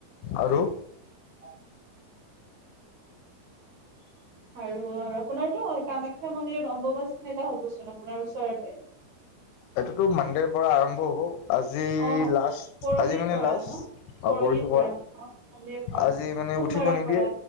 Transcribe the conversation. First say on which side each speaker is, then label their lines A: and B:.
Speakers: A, on the left; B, on the right.
A: আৰু
B: <inaudible> আৰু আৰু আপোনাৰতো কামাখ্যা মন্দিৰত অম্বুবাচী মেলা হবচোন আপোনাৰ ওচৰতে
A: এইটোতো মানডেৰ পৰা আৰম্ভ হব আজি
B: অ
A: লাষ্ট
B: পৰহিৰ
A: আজি মানে
B: পৰা
A: লাষ্ট
B: ন পৰহিৰ
A: পৰশু পৰা
B: অ কালিৰ পৰা
A: আজি মানে
B: সোমবাৰৰ
A: উঠিব নিদিয়ে
B: পৰা